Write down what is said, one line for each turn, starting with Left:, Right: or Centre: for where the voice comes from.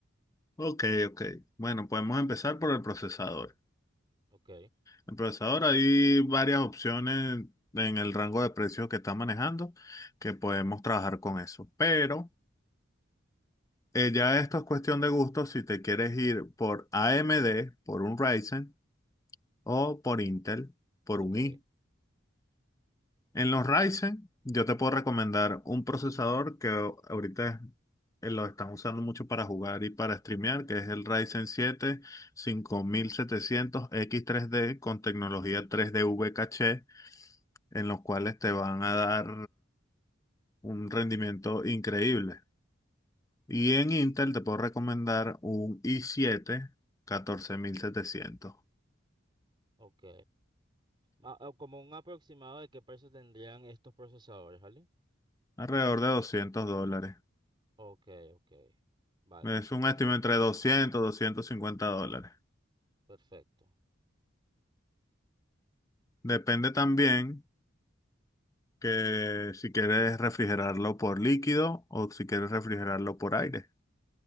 Left: ok, ok. Bueno, podemos empezar por el procesador.
Right: Ok,
Left: El procesador hay varias opciones en el rango de precios que está manejando que podemos trabajar con eso. Pero eh, ya esto es cuestión de gusto si te quieres ir por AMD, por un Ryzen o por Intel, por
Right: ok,
Left: un i. En los Ryzen, yo te puedo recomendar un procesador que ahorita eh, lo están usando mucho para jugar y para streamear, que es el Ryzen siete cinco mil setecientos x tres d con tecnología tres d V caché, en los cuales te van a dar un rendimiento increíble. Y en Intel te puedo recomendar un i siete catorce mil setecientos,
Right: ok. Ma- ah, como un aproximado de qué precio tendrían estos procesadores, ¿vale?
Left: alrededor de 200 dólares.
Right: Ok, ok. Vale,
Left: Es un
Right: perfecto,
Left: estimado entre 200 y 250 dólares.
Right: perfecto.
Left: Depende también que si quieres refrigerarlo por líquido o si quieres refrigerarlo por aire,